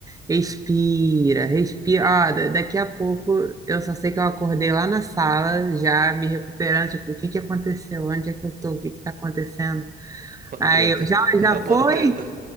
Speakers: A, on the right (about 15°); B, on the right (about 45°).
A: Respira, respira. Ó, da- daqui a pouco eu só sei que eu acordei lá na sala, já me recuperando, tipo, o que que aconteceu? Onde é que eu tô? O que que tá acontecendo?
B: Pano
A: Aí
B: preto.
A: eu já,
B: <laughs>
A: já
B: É o pano
A: foi?
B: preto.